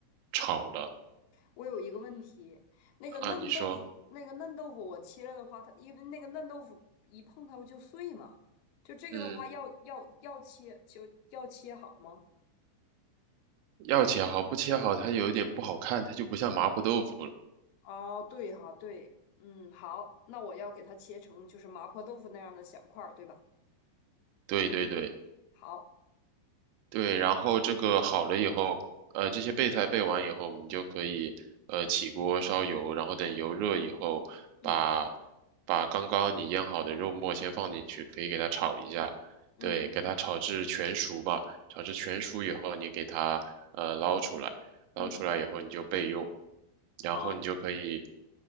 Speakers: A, on the right; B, on the left.
A: 炒了。
B: 我有一个问题，那个嫩豆腐，
A: 啊，你说，
B: 那个嫩豆腐我切了的话，它因为那个嫩豆腐一碰它不就碎嘛，就这个的话要要要切就要切好吗？
A: 嗯，要切好，不切好它有一点不好看，它就不像麻婆豆腐了。
B: 哦，对哈，对，嗯，好，那我要给它切成就是麻婆豆腐那样的小块儿，对吧？
A: 对对对。
B: 好，
A: 对，然后这个好了以后，呃，这些备菜备完以后，你就可以呃起锅烧油，然后等油热以后，
B: 嗯
A: 把把刚刚你腌好的肉末先放进去，可以给它炒一下，
B: 嗯
A: 对，给它炒至全熟吧。炒至全熟以后，你给它呃捞出来。捞出来以后你就备用，
B: 嗯，
A: 然后你就可以，
B: 好